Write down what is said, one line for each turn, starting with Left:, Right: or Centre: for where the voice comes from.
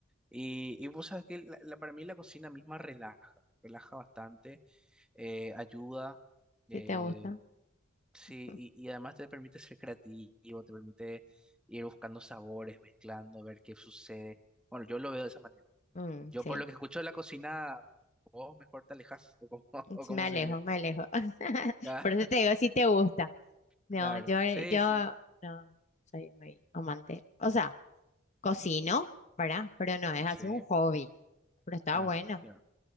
Centre: Y, y vos sabés que la- la- para mí la cocina misma relaja, relaja bastante, eh, ayuda. eh,
Left: Sí, te gusta.
Centre: Sí,
Left: <laughs>
Centre: y, y además te permite ser creativo, te permite ir buscando sabores, mezclando, ver qué sucede. Bueno, yo lo veo de esa manera.
Left: Mm,
Centre: Yo
Left: sí,
Centre: por lo que escucho de la cocina, vos mejor te alejas, o cómo, <laughs>
Left: Ts-
Centre: o cómo
Left: me alejo,
Centre: sería.
Left: me alejo. <laughs>
Centre: Ah,
Left: Por eso te digo si te gusta. No,
Centre: claro,
Left: yo,
Centre: sí,
Left: yo
Centre: sí,
Left: no soy muy amante. O sea, Cocino, ¿verdad? Pero no es así
Centre: sí,
Left: un hobby. Pero está
Centre: ah,
Left: bueno.
Centre: ya.